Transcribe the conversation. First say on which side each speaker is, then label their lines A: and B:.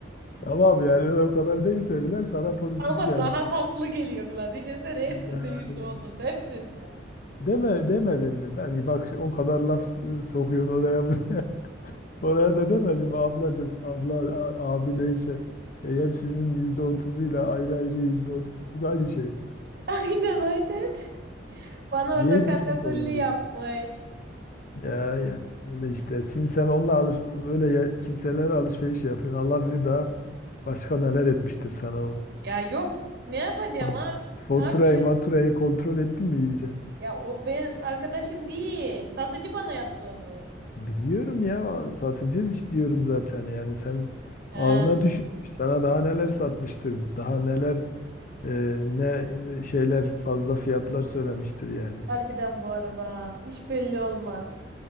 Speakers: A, on the left (about 45°); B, on the right (about 55°).
A: Tamam yani o kadar değilse bile sana pozitif
B: Ama
A: gelmiş.
B: daha tatlı geliyor kulağa. Düşünsene hepsinde
A: Yani
B: yüzde otuz hepsinde.
A: deme demedin mi? Ben bak o kadar laf e, sokuyorsun oraya buraya. <laughs> Oraya da demedin mi ablacığım, abla, a- abi neyse. E, hepsinin yüzde otuzuyla ayrı ayrı yüzde otuz aynı şey.
B: <laughs> Aynen öyle. Bana orada
A: Diye
B: katakulli
A: de şok olurdu.
B: yapmış.
A: Ya ya öyle işte. Şimdi sen onunla alış böyle yer- kimselerle alışveriş yapıyorsun. Allah bilir daha başka neler etmiştir sana o.
B: Ya yok ne yapacağım
A: Fa-
B: abi,
A: Faturayı,
B: abi ya.
A: maturayı kontrol ettin mi iyice?
B: Ya o benim arkadaşım değil. Satıcı bana yaptı onu.
A: Biliyorum ya satıcı iş diyorum zaten yani sen
B: He.
A: ağına düşmüş sana daha neler satmıştır daha neler e, ne e, şeyler fazla fiyatlar söylemiştir yani.
B: Harbiden bu arada. Hiç belli olmaz.